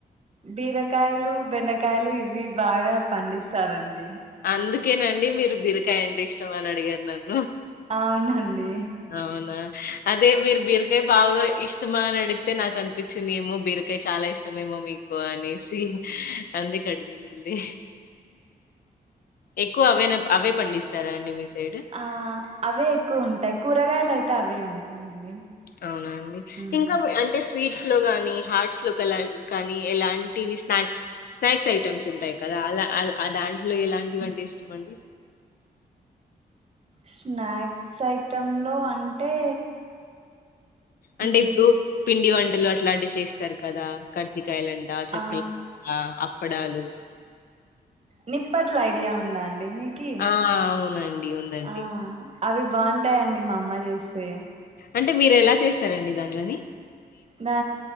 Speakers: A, on the right; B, on the left.
A: బీరకాయలు బెండకాయలు ఇవి బాగా పండిస్తారండి.
B: అందుకేనండి మీరు బీరకాయ అంటే ఇష్టమా అని అడిగారు నన్ను
A: అవునండి
B: అవునా అదే మీరు బీర్ బీరకాయ బాగా ఇష్టమా అని అడిగితే నాకు అనిపించింది ఏమో బీరకాయ చాలా ఇష్టమేమో మీకు అనేసి. అందుకడిగ అండి ఎక్కువ అవే అవే పండిస్తారా అండి మీ సైడ్
A: ఆ అవే ఎక్కువ ఉంటాయి కూరగాయలు అయితే అవే ఉంటాయండి
B: అవునండి
A: మ్మ్
B: ఇంకా అంటే స్వీట్స్ లో కానీ హార్ట్స్ లోకి కానీ ఎలాంటివి స్నాక్స్ స్నాక్స్ ఐటెమ్స్ ఉంటాయి కదా అలా దాంట్లో ఎలాంటివి అంటే ఇష్టం అండి.
A: స్నాక్స్ ఐటెమ్ లో అంటే
B: అంటే
A: మ్మ్
B: ఇప్పుడు పిండి వంన్ లు అట్లాంటివి చేస్తారు కదా క కాయలంట చక్కలు
A: ఆ
B: ఆ వడాలు
A: నిప్పట్ల ఐడియా ఉందా అండి మీకి
B: ఆ అవునండి ఉందండి
A: ఆ అవి బాగుంటాయిండి మా అమ్మ చేసి పే
B: అంటే మీరు ఎలా చేస్తారండి దాంలోని
A: దా